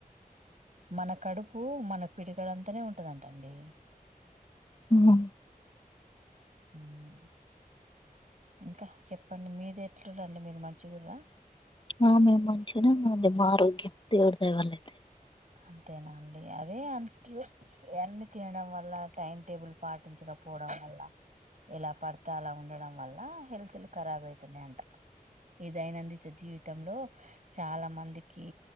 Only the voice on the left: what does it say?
ఉహ
ఆ మేము మంచిగనే ఉన్నాం లే మా ఆరోగ్యం దేవుడి దయ వల్లైతే